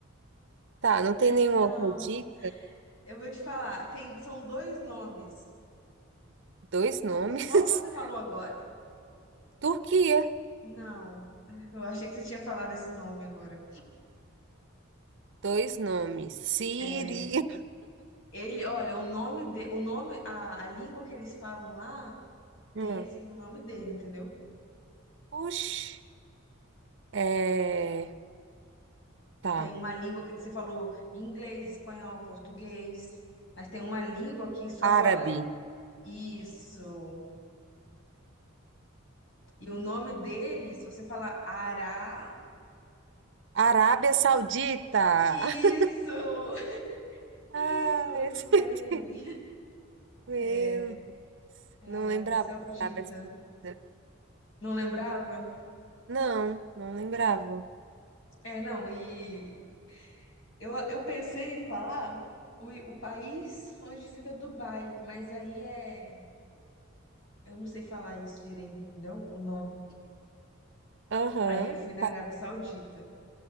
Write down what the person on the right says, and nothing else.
Tá, não tem nenhuma
outra dica?
Dois nomes.
<laughs>
Turquia,
dois nomes. Síria.
Hum.
Oxi. É, tá.
Árabe.
Arábia Saudita.
<laughs>
Ah,
esse...
é <laughs> Meu,
Deus,
não
lembrava
da Arábia Saudita.
Não, não lembrava.
Aham.
Pa-